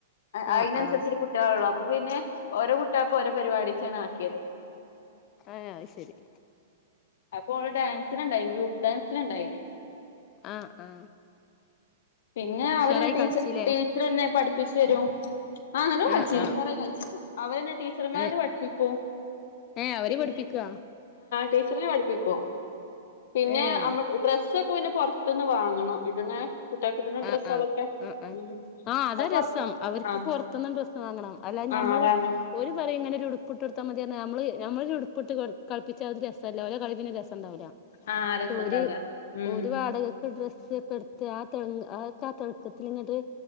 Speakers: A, on the left (about 65°); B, on the left (about 35°).
A: അയിനനുസരിച്ചൊരു
B: ആ ആ
A: കുട്ടികളെ ഉള്ളു പ്പൊ പിന്നെ ഓരോ കുട്ടികൾക്കും ഓരോ പരിപാടിച്ചാണ് ആക്കിയത്
B: അഹ് ശരി
A: അപ്പൊ അവള് ഡാൻസന്ണ്ടായി ഗ്രൂപ്പ് ഡാൻസിന് ണ്ടയിനു
B: ആ ആ
A: പിന്നെ
B: ഉഷാറായി
A: അവര് ടീച്ച
B: കളിച്ചില്ലേ
A: ടീച്ചർന്നെ പഠി പ്പിച്ചരോ ആനല്ലോ കളിച്ചിനി
B: ആ ആ
A: ഉഷാറായി കളിച്ചിരുന്നു അവര്നെ ടീച്ചർമാര്
B: ഏ
A: പഠിപ്പിക്കു
B: ഏ അവര്
A: പിന്നെ
B: പഠിപ്പിക്കാ
A: ടീച്ചർന്നെ പഠിപ്പിക്കും പിന്നെ
B: ഏ
A: നമ്മൾ ഡ്രസ്സ്ക് പുവിന്നെ പൊർത്തുന്ന് വാങ്ങണം ഇടണ കുട്ടികൾക്ക് ഇടുന്ന
B: ആ
A: ഡ്രസ്സുകളൊക്കെ
B: ആ ആ് ആ
A: ഉം
B: ആഹ് അതാ
A: അത്
B: രസം
A: പുറത്ത്
B: അവർക്ക്
A: ആ
B: പൊറത്തൊന്നും ഡ്രസ്സ്‌ വാങ്ങണം അല്ലാ ഞമ്മള്
A: ആ വാങ്ങ
B: ഒരു പറയും ഇങ്ങനെ ഒരു ഉടു പ്പ്ട്ട്ടുത്താ മതിയഞ്ഞാ നമ്മള് ഉടുപ്പ് ഇട്ട് കളിപ്പിച്ചാൽ ഒരു രസല്ല ഒരേ കളി രസം ണ്ടാവൂല
A: ആ രസണ്ടാവൂല
B: ഒര്
A: ഉം
B: ഒര് വാടക ക് ഡ്രസ്സ്ക്കെട്ത് ആ തെൾങ് ആക്ക തിളക്കത്തിലെങ്ങട്ട്